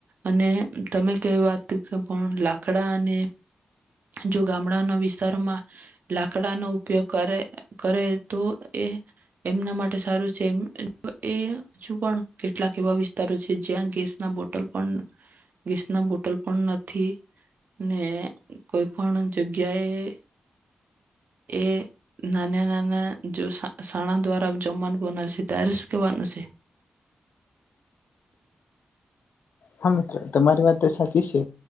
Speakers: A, on the right; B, on the left.
A: અને તમે કેવી વાત કે પણ લાકડા અને જો ગામડાના વિસ્તારમાં લાકડાનો ઉપયોગ કરે કરે તો એ એમના માટે સારું છે એ એ હજુ પણ કેટલાક એવા વિસ્તારો છે જ્યાં ગેસના બોટ બટલ પણ ગેસ ના બોટલ પણ નથી ને કોઈ પણ જગ્યાએ એ નાના નાના જો શણા દ્વારા જમવાનું બના છે ત્યારે શું કેવાનું છે.
B: હા મ્ર તમારી વાત તો સાચી છે